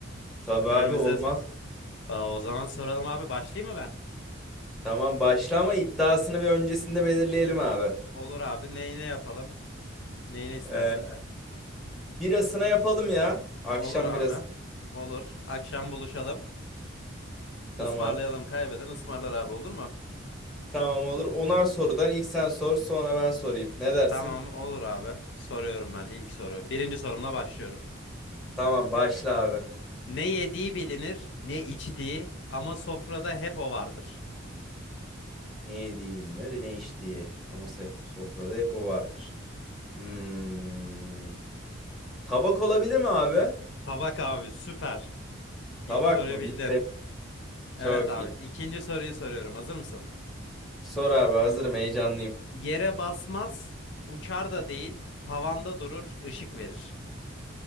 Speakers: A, in the centre; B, on the left (about 55°).
A: Tabii abi
B: Birbirimize
A: olmaz.
B: Aa, o zaman soralım abi. Başlayayım mı ben?
A: Tamam başla ama iddiasını bir öncesinde belirleyelim abi.
B: Olur abi. Neyine yapalım? Neyine istersin?
A: E, birasına yapalım ya. Akşam
B: Olur abi.
A: birası.
B: Olur. Akşam buluşalım.
A: Tamam.
B: Ismarlayalım. Kaybeden ısmarlar abi olur mu?
A: Tamam olur. Onar sorudan ilk sen sor, sonra ben sorayım. Ne dersin?
B: Tamam olur abi. Soruyorum ben ilk soru. Birinci sorumla başlıyorum.
A: Tamam başla abi.
B: Ne yediği bilinir, ne içtiği ama sofrada hep o vardır.
A: Ne yediği bilinir, ne içtiği. Ama sef- sofrada hep o vardır. Hmm. Tabak olabilir mi abi?
B: Tabak abi süper. İlk
A: Tabak
B: soruyu
A: mı?
B: bildin.
A: Bilse
B: Evet
A: çok
B: abi.
A: iyi.
B: İkinci soruyu soruyorum. Hazır mısın?
A: Sor abi hazırım heyecanlıyım.
B: Yere basmaz, uçar da değil, tavanda durur, ışık verir.